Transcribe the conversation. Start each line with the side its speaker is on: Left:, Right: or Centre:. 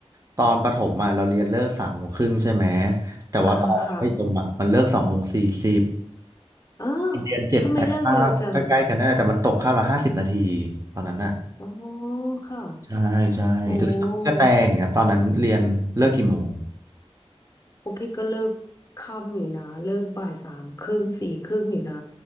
Right: ตอนประถมอะเราเรียนเลิกสามโมงครึ่งใช่ไหม แต่ว่าตอนมัธยมอะมันเลิกสองโมงสี่สิบ
Left: อ่าค่ะอ๋อ
Right: เรียนเจ็ดแปดคาบใกล้ๆกันนั่นแหละแต่มันตกคาบละห้าสิบนาที
Left: ทำไมเลิกเร็วจัง
Right: ตอนนั้นอะ
Left: อ๋อค่ะ
Right: ใช่ใช่แล้วอย่างพี่กระแตอย่างเงี้ยตอนนั้นเรียนเลิกกี่โมง
Left: โอ้ พวกพี่ก็เลิกค่ำอยู่นะเลิกบ่ายสามครึ่งสี่ครึ่งอยู่นะ